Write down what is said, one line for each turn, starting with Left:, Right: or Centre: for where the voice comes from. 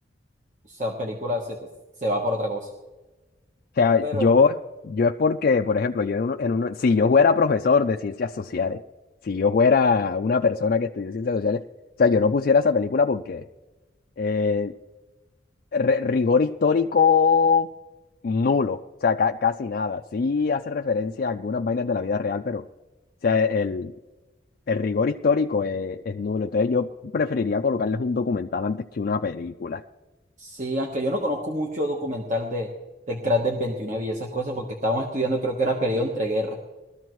Right: esa película se, pues, se va por otra cosa.
Left: sea,
Right: Pero...
Left: yo, yo es porque, por ejemplo, yo en uno, en uno- si yo fuera profesor de ciencias sociales, si yo fuera una persona que estudió ciencias sociales, o sea, yo no pusiera esa película porque eh, re- rigor histórico nulo, o sea, ca- casi nada. Sí hace referencia a algunas vainas de la vida real, pero, o sea, el, el rigor histórico es, es nulo. Entonces yo preferiría colocarles un documental antes que una película,
Right: Sí, aunque yo no conozco mucho documental de, de crack del 29 y esas cosas, porque estábamos estudiando, creo que era periodo entre guerras.